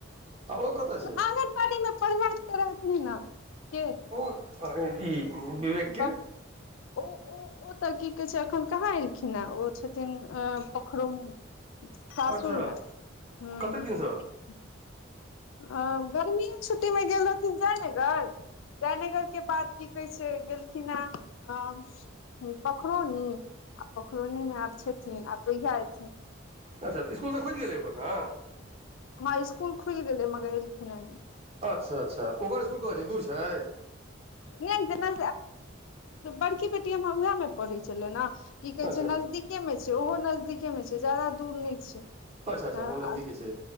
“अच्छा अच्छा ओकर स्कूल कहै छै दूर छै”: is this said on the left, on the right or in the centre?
Right